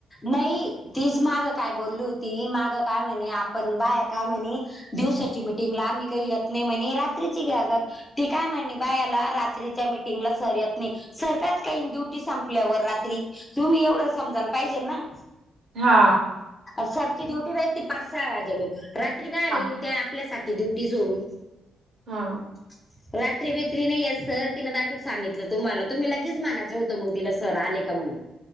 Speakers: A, on the left; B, on the right.
A: नाही तीच माग काय बोलली होती मागं काय म्हणे आपण बाया काय म्हणे. दिवसाची मिटिंगला आम्ही काही येत नाही म्हणे रात्रीची घ्या जात ती काय म्हणणी बायाला रात्रीच्या मीटिंगला सहर्यात नाही सरखच काही ड्युटी संपल्यावर रात्री तुम्ही एवढं समजाल पाहिजे ना
B: हा
A: सरची ड्युटी भेट ते पाच स आवाजे लोक रात्री काय आले
B: हा
A: ते आपल्यासाठी ड्युटी सोडून
B: हा
A: <inaudible> रात्री बित्री नाही या सर तिन दाटूक सांगितलं तुम्हाला तुम्ही लगेच म्हनायचं होतं मग तिला सर आले का म्हग